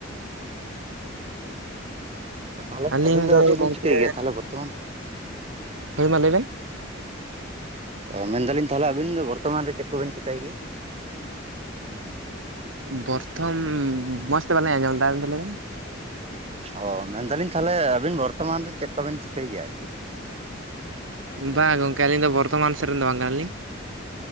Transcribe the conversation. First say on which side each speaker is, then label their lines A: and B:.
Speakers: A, on the right (about 30°); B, on the right (about 85°).
A: ᱛᱟᱦᱚᱞᱮ
B: ᱟᱹᱞᱤᱧ
A: ᱟᱹᱵᱤᱱ
B: ᱫᱚ
A: ᱪᱮᱫ ᱵᱤᱱ
B: ᱜᱚᱢᱠᱮ
A: ᱪᱤᱠᱟᱹᱭ ᱜᱮᱭᱟ ᱛᱟᱦᱚᱞᱮ ᱵᱚᱨᱛᱚᱢᱟᱱ
B: ᱦᱳᱭ ᱢᱟ ᱞᱟᱹᱭ ᱵᱮᱱ
A: ᱚ ᱢᱮᱱᱫᱟᱞᱤᱧ ᱛᱟᱦᱚᱞᱮ ᱟᱵᱤᱱ ᱫᱚ ᱵᱚᱨᱛᱚᱢᱟᱱ ᱨᱮ ᱪᱮᱫ ᱠᱚᱵᱤᱱ ᱪᱤᱠᱟᱹᱭᱟᱭ ᱜᱮᱭᱟ?
B: <inaudible> ᱢᱚᱡᱽ ᱛᱮ ᱵᱟᱞᱤᱧ ᱟᱸᱡᱚᱢ ᱞᱮᱫᱟ ᱟᱨ ᱢᱤᱫ ᱫᱷᱟᱣ ᱞᱟᱹᱭ ᱵᱤᱱ
A: ᱚ ᱢᱮᱱᱫᱟᱞᱤᱧ ᱛᱟᱦᱚᱞᱮ ᱟᱹᱵᱤᱱ ᱵᱚᱨᱛᱚᱢᱟᱱ ᱨᱮ ᱪᱮᱫ ᱠᱚ ᱵᱤᱱ ᱪᱤᱠᱟᱹᱭ ᱜᱮᱭᱟ ᱟᱨᱠᱤ?
B: ᱵᱟᱝ ᱜᱚᱝᱠᱮ ᱟᱹᱞᱤᱧ ᱫᱚ ᱵᱚᱨᱫᱚᱢᱟᱱ ᱥᱮᱫ ᱨᱮᱱ ᱫᱚ ᱵᱟᱝ ᱠᱟᱱᱟᱞᱤᱧ᱾